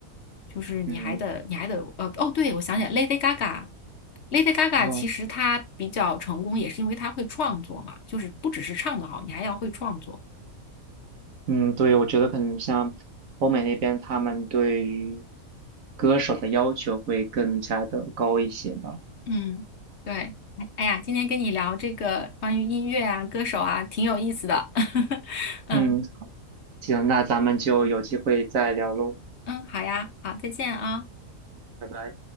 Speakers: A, on the left; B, on the right.
A: 就是你还得你还得呃哦，
B: 嗯
A: 对，我想起来，Lady Gaga。Lady Gaga
B: 嗯，
A: 其实她比较成功，也是因为她会创作嘛，就是不只是唱得好，你还要会创作。
B: 嗯，对，我觉得可能像欧美那边，他们对于歌手的要求会更加的高一些吧。
A: 嗯，对，哎哎呀，今天跟你聊这个关于音乐啊、歌手啊，挺有意思的。<laughs> 嗯
B: 嗯，行，那咱们就有机会再聊喽。
A: 嗯，好呀，好，再见啊。
B: 拜拜。